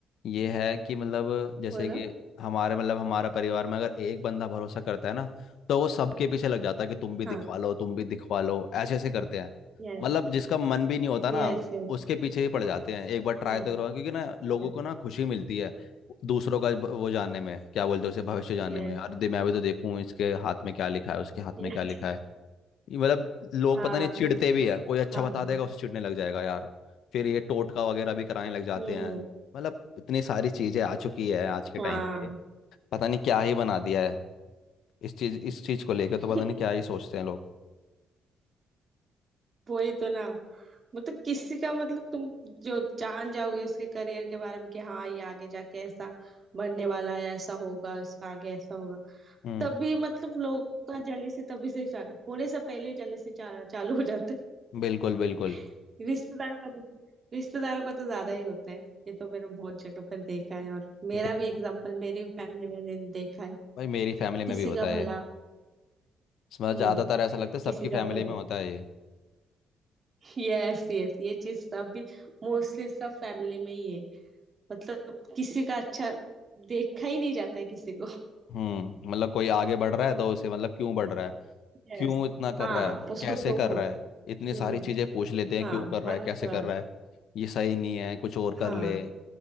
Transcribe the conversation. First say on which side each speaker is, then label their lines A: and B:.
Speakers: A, on the left (about 75°); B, on the right (about 40°).
A: ये है कि मतलब जैसे
B: बोलो
A: कि हमारे मतलब हमारा परिवार में अगर एक बंदा भरोसा करता है ना तो वो सबके पीछे लग जाता है कि तुम भी
B: हाँ
A: दिखवा लो तुम भी दिखवा लो ऐसे ऐसे करते हैं
B: Yes
A: मतलब जिसका मन भी नहीं होता ना
B: yes
A: उसके पीछे ही पड़ जाते हैं एक बार ट्राई
B: हम्म
A: तो करवा क्योंकि ना लोगों
B: Yes
A: को ना खुशी मिलती है दूसरों का ब- वो जानने में क्या बोलते हैं उसे भविष्य जानने
B: yes
A: में अरे दे- मैं भी तो देखूं इसके हाथ में क्या लिखा है उसके हाथ
B: yes
A: में क्या लिखा है ये मतलब लोग
B: हाँ
A: पता नहीं चिढ़ते
B: हाँ
A: भी है कोई अच्छा
B: हाँ,
A: बता देगा उसे चिढ़ने लग जाएगा यार फिर ये टोटका वगैरह भी कराने लग जाते
B: हम्म
A: हैं मतलब इतनी सारी चीजें आ चुकी है आज के टाइम
B: हाँ
A: पे पता नहीं क्या ही बना दिया है इस चीज इस चीज को लेके
B: <laughs>
A: तो पता नहीं क्या ही सोचते हैं लोग
B: वही तो ना मतलब किसी का मतलब तुम जो जान जाओगे उसके करियर के बारे में कि हाँ ये आगे जाके ऐसा बनने वाला है ऐसा होगा इसका आगे ऐसा होगा
A: हम्म
B: तभी मतलब लोग का से तभी से चालू होने से पहले जल्दी से चा, चालू हो जाता
A: बिल्कुल बिल्कुल
B: है <laughs> रिश्तेदारों का तो रिश्तेदारों का तो ज्यादा ही होता है ये तो मैंने बहुत जगह पर देखा है और मेरा
A: देख
B: भी एग्जाम्पल मेरी फैमिली में मैंने देखा है
A: भाई मेरी फैमिली में
B: किसी
A: भी होता
B: का
A: है
B: भला
A: ये। मतलब
B: हम्म
A: ज्यादातर ऐसा लगता है सबकी
B: किसी
A: फैमिली
B: का भला
A: में होता है ये
B: Yes yes ये चीज सब भी मोस्टली सब फैमिली में ही है मतलब किसी का अच्छा देखा ही नहीं जाता है किसी को
A: हम्म मतलब कोई आगे बढ़ रहा है तो उसे मतलब क्यों बढ़ रहा है
B: यस
A: क्यों इतना कर
B: हाँ
A: रहा है
B: उसको
A: कैसे
B: टोको
A: कर रहा है
B: हम्म
A: इतनी सारी चीजें पूछ लेते हैं
B: हाँ
A: क्यों कर रहा
B: मत
A: है कैसे
B: कर
A: कर रहा है ये सही नहीं है कुछ और कर
B: हाँ
A: ले